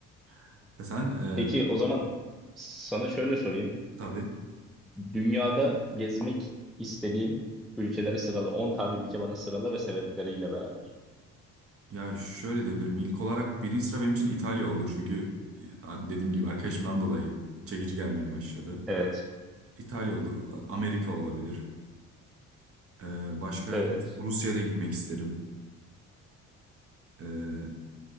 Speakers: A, on the right; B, in the centre.
A: <laughs> Sen e,
B: Peki o zaman sana şöyle sorayım.
A: tabii.
B: Dünyada gezmek istediğin ülkeleri sırala. 10 tane ülke bana sırala ve sebepleriyle beraber.
A: Ya şöyle de bir ilk olarak birinci sıra benim için İtalya olur. Çünkü e, dediğim gibi arkadaşımdan dolayı çekici gelmeye başladı.
B: Evet.
A: İtalya olur. Amerika olabilir. E, başka
B: Evet.
A: Rus- Rusya'ya da gitmek isterim. E,